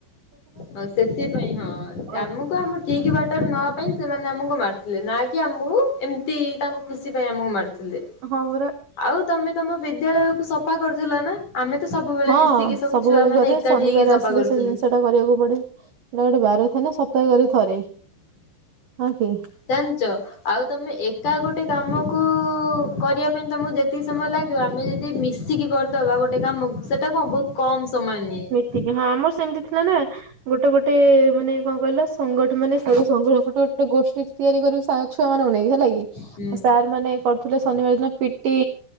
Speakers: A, on the left; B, on the right.
A: ହଁ ସେଥିପାଇଁ ହଁ
B: ଆଉ।
A: ଆମକୁ ଆମ କି କି ବାଟର ନ ପାଇଁ ସେମାନେ ଆମକୁ ମାରୁଥିଲେ ନା କି ଆମକୁ ଏମିତି ତାଙ୍କ ଖୁସି ପାଇଁ ଆମକୁ ମାରିଥିଲେ।
B: ହଁ ପରା
A: ଆଉ ତମେ ତମ ବିଦ୍ୟାଳୟକୁ ସଫା କରୁଥିଲ ନା? ଆମେ ତ ସବୁବେଳେ
B: ହଁ
A: ମିଶିକି ସବୁ
B: ସବୁବେଳେ
A: ଛୁଆ ମାନେ
B: କରେ
A: ଏକାଠି
B: ଶନିବାର
A: ହେଇକି ସଫା
B: ଆସିଲେ
A: କରୁଥିଲି।
B: ସେ ଜିନିଷ ଟା କରିବାକୁ ପଡେ ସେଟା ଗୋଟେ ବାର ଥାଏ ନା ସପ୍ତାହେ କରେ ଥରେ ହ କି
A: ଜାଣିଛ ଆଉ ତମେ ଏକା ଗୋଟେ କାମକୁ କରିବା ତମକୁ ଯେତିକ ସମୟ ଲାଗିବ ଆମେ ଯଦି ମିସି ମିଶିକି କରିଦବା ଗୋଟେ କାମକୁ ସେଟାକୁ ବହୁତ କମ୍ ସମୟ ନିଏ।
B: ଟିକେ ହଁ ଆମର ସେମିତି ଥିଲା ନା ଗୋଟେ ଗୋଟେ ମାନେ କଣ କହିଲା ସଂଗଠ ମାନେ ଗୋଟେ ଗୋଟେ ଗୋଷ୍ଠୀ ତିଆରି କରିବୁ ଛୁଆ ମାନଙ୍କୁ ନେଇକି ହେଲା କି
A: ହୁଁ
B: ସାର୍ ମାନେ କରୁଥିଲେ ଶନିବାର ଦିନ ପିଟି